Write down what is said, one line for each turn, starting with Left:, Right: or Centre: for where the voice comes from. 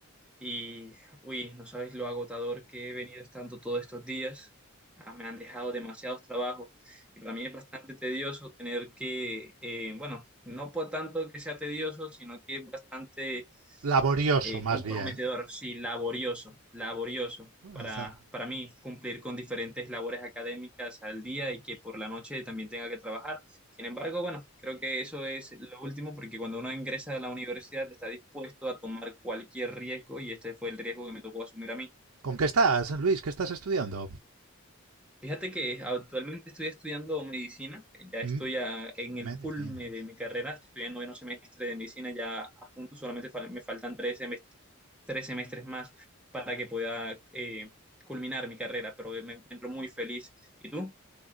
Centre: y, uy, no sabes lo agotador que he venido estando todos estos días. Ah, me han dejado demasiados trabajos y para mí es bastante tedioso tener que, eh, bueno, no por tanto que sea tedioso, sino que es bastante
Right: Laborioso,
Centre: eh,
Right: más
Centre: comprometedor,
Right: bien.
Centre: sí, laborioso, laborioso para,
Right: Está-
Centre: para mí cumplir con diferentes labores académicas al día y que por la noche también tenga que trabajar. Sin embargo, bueno, creo que eso es lo último porque cuando uno ingresa a la universidad está dispuesto a tomar cualquier riesgo y este fue el riesgo que me tocó asumir a mí.
Right: ¿Con qué estás, Luis? ¿Qué estás estudiando?
Centre: Fíjate que actualmente estoy estudiando medicina, eh, ya estoy
Right: Mm,
Centre: a- en el
Right: Medicina.
Centre: culme de mi carrera, estoy en noveno semestre de medicina, ya a punto, solamente fal- me faltan tres semestres, tres semestres más para que pueda eh, culminar mi carrera, pero me encuentro muy feliz. ¿Y tú?